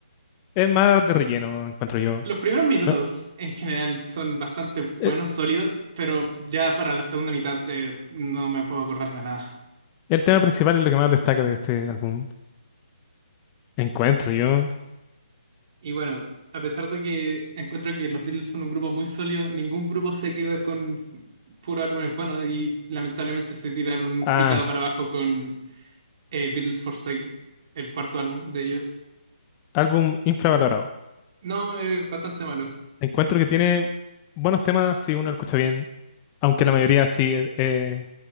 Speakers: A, on the left; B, on the right.
A: es más de relleno, encuentro yo.
B: Los primeros minutos
A: No,
B: en general son bastante
A: eh,
B: buenos, sólidos, pero ya para la segunda mitad eh, no me puedo acordar de nada.
A: el tema principal es lo que más destaca de este álbum. Encuentro yo.
B: Y bueno, a pesar de que encuentro que los Beatles son un grupo muy sólido, ningún grupo se queda con puro álbumes buenos y lamentablemente se tiraron un
A: Ah,
B: picado para abajo con eh, Beatles for Sale, el cuarto álbum de ellos.
A: álbum infravalorado.
B: No, es bastante malo.
A: Encuentro que tiene buenos temas si uno lo escucha bien. Aunque la mayoría sí, eh, eh,